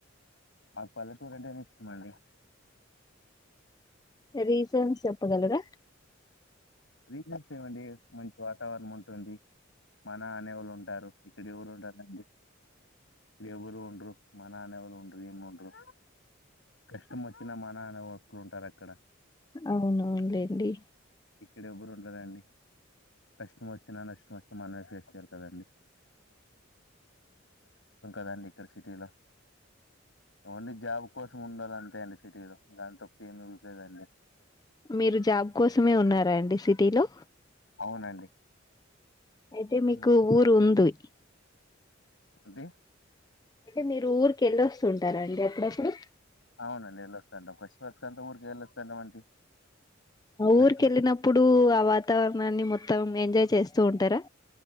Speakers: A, on the left; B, on the left.
A: మాకు పల్లెటూరు అంటేనే ఇష్టం అండి
B: రీసన్ చెప్పగలరా
A: రీజన్స్ ఏవండి మంచి వాతావరణం ఉంటుంది. మన ఆనేవాళ్ళు ఉంటారు, ఇక్కడ ఎవరు ఉంటారండి ఎవరు ఉండరు మన అనేవాళ్ళు ఉండరు ఏమి ఉండరు కష్టం వచ్చినా మన అనేవాక్కు ఉంటారక్కడ
B: అవునవునులేండి
A: ఇక్కడ ఎవరు ఉండరండి కష్టం వచ్చినా, నష్టం వచ్చే మనమే ఫేస్ చేయాలి కదండి <inaudible> కదండి సిటీలో ఓన్లీ జాబ్ కోసం ఉండాలి అంతే అండి సిటీ లో దాని తప్ప ఏమి ఇవ్వలేదండి
B: మీరు జాబ్ కోసమే ఉన్నారా అండి సిటీలో
A: అవునండి
B: అయితే
A: హ్మ్
B: మీకు ఊరు ఉంది
A: అండి
B: అంటే మీరు ఊరికి వెళ్ళి వస్తుంటారా అండి అప్పుడప్పుడు
A: అవునండి వెళ్ళొస్తాంటాం ఫస్ట్ మంత్ కళ్ళ ఊరికి వెళ్ళొస్తాను అండి ఫెస్టివల్
B: ఊరికెళ్ళినప్పుడు ఆ వాతావరణాన్ని మొత్తం మొత్తం ఎంజాయ్ చేస్తూ ఉంటారా